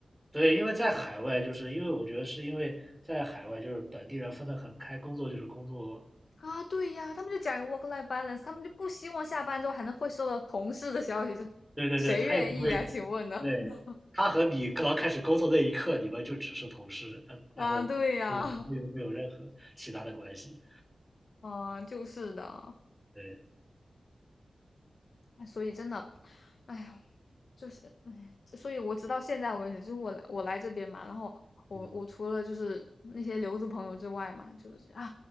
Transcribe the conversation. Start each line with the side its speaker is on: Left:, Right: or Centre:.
Centre: 对，因为在海外，就是因为我觉得是因为在海外，就是本地人分得很开，工作就是工作，
Left: 啊。对呀，他们就讲 work-life balance，他们就不希望下班之后还能会收到同事的消息，就
Centre: 对对对，
Left: 谁愿意呀？
Centre: 他也不会
Left: 请问呢？
Centre: 对，
Left: <laughs>
Centre: 他和你刚开始工作那一刻，你们就只是同事，呃，然后没没有没有任何其他的关系。
Left: 啊，对呀，啊，就是的，
Centre: 对，
Left: 哎所以真的，哎呀。就是，唉，所以我直到现在为止，就是我来我来这边嘛，然后我我除了就是那些留子朋友之外嘛，
Centre: 嗯，
Left: 就是啊，